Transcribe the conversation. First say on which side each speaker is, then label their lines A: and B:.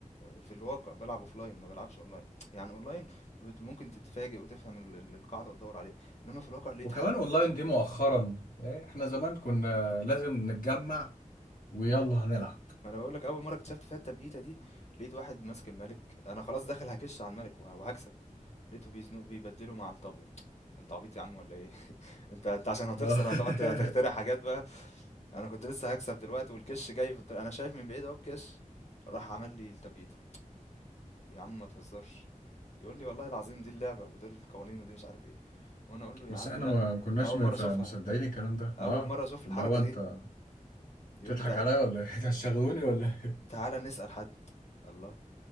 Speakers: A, on the left (about 55°); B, on the left (about 80°).
A: في الواقع، بالعب offline ما بالعبش online يعني online بت ممكن تتفاجئ وتفهم ال ال القاعدة وتدوّر عليها، إنما في الواقع لقيت
B: وكمان
A: حد
B: اونلاين دي مؤخرا إيه، احنا زمان كنا لازم نتجمع ويلا هنلعب
A: ما أنا باقول لك أول مرّة اكتشفت فيها التبييتة دي، لقيت واحد ماسك المَلِك، أنا خلاص داخل هاكِش على المَلِك وه وهاكسب، لقيته بيزنقه بيبدّله مع الطابية، أنت عبيط يا عم والّا إيه؟ <laughs> أنت أنت عشان هتخسر
B: آه. <laughs>
A: هتقعد ت هتخترع حاجات بقى، أنا كنت لسه هاكسب دلوقتي والكِش جاي في الط أنا شايف من بعيد أهو الكِش، راح عمل لي التبييتة، يا عم ما تهزرش، يقول لي والله العظيم دي اللعبة ودول القوانين ودي مش عارف إيه، وأنا أقول له يا
B: بس
A: عم
B: احنا
A: لأ،
B: ما ما كناش
A: أنا أول
B: مف-
A: مرّة أشوفها،
B: مصدقين الكلام ده
A: أول
B: اه
A: مرّة أشوف الحركة
B: اللي هو
A: دي،
B: انت
A: يقول
B: بتضحك
A: لي تع
B: عليا ولا ايه <laughs> إنت هتشغلوني ولا إيه؟
A: تعالَ <laughs> نسأل حد، الله!